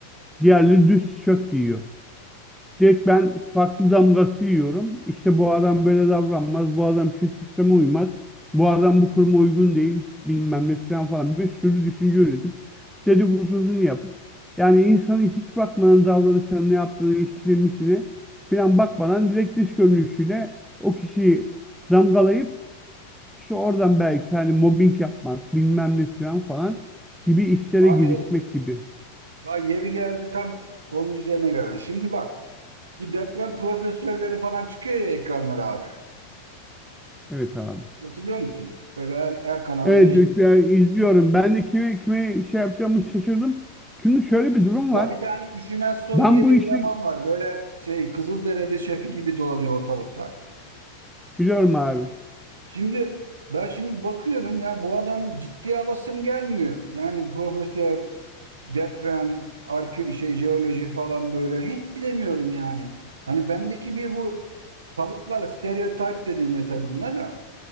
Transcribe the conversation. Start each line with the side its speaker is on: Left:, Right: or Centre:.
Centre: Diğerleri düz tişört giyiyor. Direkt ben farklı damgası yiyorum. İşte bu adam böyle davranmaz, bu adam şu sisteme uymaz, bu adam bu kuruma uygun değil, bilmem ne falan falan bir sürü düşünce üretip dedikodusunu yapıp yani insanın hiç bakmadan davranışına, ne yaptığını, işine, misine falan bakmadan direkt dış görünüşüyle o kişiyi damgalayıp işte oradan belki hani mobbing yapmak, bilmem ne falan falan gibi işlere
Right: Abi
Centre: girişmek gibi.
Right: bak yeri geldi tam konu üzerine geldi. Şimdi bak bu deprem profesörleri falan çıkıyor ya ekranlara abi.
Centre: Evet abi.
Right: Hatırlıyor musun? Böyle her, her kanala
Centre: Evet
Right: değişik
Centre: üç- yani izliyorum. Ben de kime kime şey yapacağımı şaşırdım. Çünkü şöyle bir durum
Right: Ya
Centre: var.
Right: bir tane Üşümez Soy
Centre: Ben
Right: diye
Centre: bu
Right: bir
Centre: işi
Right: eleman var. Böyle şey Kızılderili şefi gibi dolanıyor ortalıkta.
Centre: biliyorum abi.
Right: Şimdi ben şimdi bakıyorum ya bu adam ciddiye alasım gelmiyor. Yani profesör, deprem, arke şey jeoloji falan böyle hiç bilemiyorum yani. Hani bendeki bir bu kalıplar, stereotip de deniyor tabii buna da.